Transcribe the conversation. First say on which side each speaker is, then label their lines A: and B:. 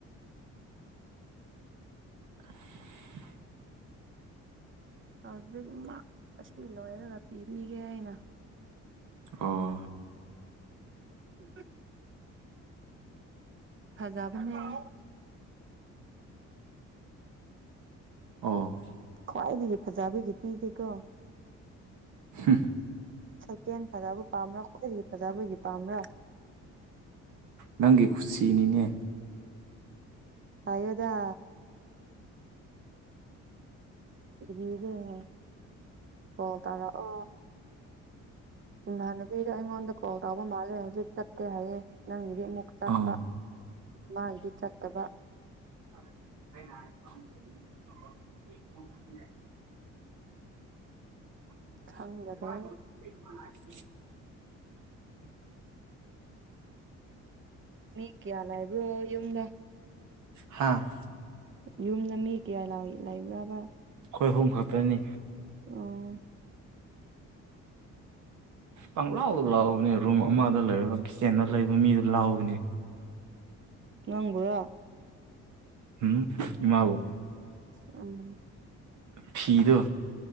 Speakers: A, on the right (about 75°); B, on the right (about 40°).
A: <inaudible>
B: ꯍꯧꯖꯤꯛꯃꯛ ꯑꯁꯤ ꯂꯣꯏꯔꯒ ꯄꯤꯕꯤꯒꯦ ꯑꯩꯅ
A: ꯑꯣ
B: <inaudible> ꯐꯖꯕꯅꯦ <inaudible>
A: ꯑꯣ
B: ꯈ꯭ꯋꯥꯏꯗꯒꯤ ꯐꯖꯕꯒꯤ ꯄꯤꯒꯦꯀꯣ
A: ꯍꯝ
B: ꯁꯀꯦꯟ ꯐꯖꯕ ꯄꯥꯝꯕ꯭ꯔꯥ ꯈ꯭ꯋꯥꯏꯗꯒꯤ ꯐꯖꯕꯗꯤ ꯄꯥꯝꯕ꯭ꯔꯥ
A: ꯅꯪꯒꯤ ꯈꯨꯨꯁꯤꯅꯤꯅꯦ
B: ꯍꯥꯏꯌꯣꯗꯥ <unintelligible> ꯀꯣꯜ ꯇꯧꯔꯛꯑꯣ ꯏꯃꯥꯅꯕꯤꯗ ꯑꯩꯉꯣꯟꯗ ꯀꯣꯜ ꯇꯕ ꯃꯥꯂꯦ ꯍꯨꯖꯤꯛ ꯆꯠꯇꯦ ꯍꯥꯏꯌꯦ ꯅꯪꯒꯤꯗꯤ ꯑꯃꯨꯛ ꯆꯠꯄ
A: ꯑꯥ
B: ꯃꯥꯒꯤꯗꯤ ꯆꯠꯇꯕ
A: <unintelligible>
B: <inaudible>
A: <unintelligible>
B: ꯈꯪꯗꯔꯦ ꯃꯤ ꯀꯌꯥ ꯂꯩꯕ꯭ꯔꯣ ꯌꯨꯝꯗ
A: ꯍꯥꯥ
B: ꯌꯨꯝꯗ ꯃꯤ ꯀꯌꯥ ꯂꯥꯏ ꯂꯩꯕ꯭ꯔꯥꯕ
A: ꯑꯩꯈꯣꯏ ꯑꯍꯨꯝ ꯈꯛꯇꯅꯤ
B: ꯎꯝ
A: ꯄꯪꯂꯥꯎꯗ ꯂꯥꯎꯕꯅꯦ ꯔꯨꯝ ꯑꯃꯗ ꯂꯩꯔꯒ ꯀꯤꯠꯆꯦꯟꯗ ꯂꯩꯕ ꯃꯤꯗꯨ ꯂꯥꯎꯕꯅꯦ
B: ꯅꯪꯕꯨꯔꯣ
A: ꯍꯨꯝ ꯏꯃꯥꯕꯨ
B: ꯎꯝ
A: ꯐꯤꯗꯣ